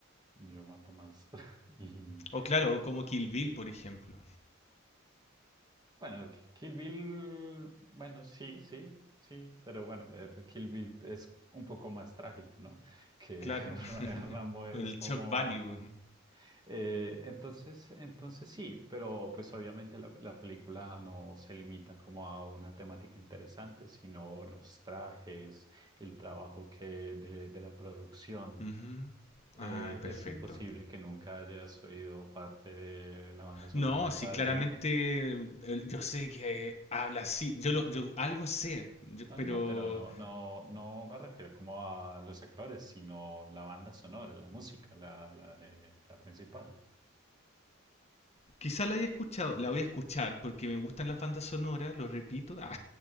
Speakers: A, on the right (about 20°); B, on the left (about 35°).
A: Yo mato más. <laughs> Y
B: O claro, como Kill Bill, por ejemplo.
A: bueno, Ki- Kill Bill, bueno, sí, sí, sí, pero bueno, eh, Kill Bill es un poco más trágica, ¿no? Que
B: Claro.
A: <laughs> Ra- Rambo es
B: El
A: como.
B: shock value.
A: Eh, entonces, entonces sí, pero pues obviamente la, la película no se limita como a una temática interesante, sino los trajes, el trabajo que de, de la producción.
B: Ujú.
A: Eh,
B: Ah, perfecto.
A: es imposible que nunca hayas oído parte de la banda sonora
B: No,
A: del
B: sí,
A: Padrino.
B: claramente el- yo sé que eh, habla así. Yo, lo, yo algo sé, yo-
A: No,
B: pero
A: no, no, pero no, no, no me refiero como a los actores, sino la banda sonora, la música, la, la, de- la principal.
B: quizá la haya escuchado. La voy a escuchar porque me gustan las bandas sonoras, lo repito. <laughs> ah,